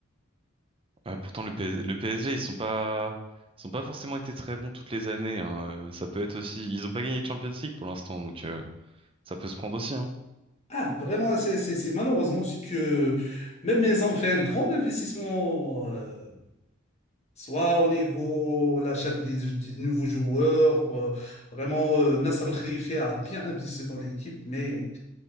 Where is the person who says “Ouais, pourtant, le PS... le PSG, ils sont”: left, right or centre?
Right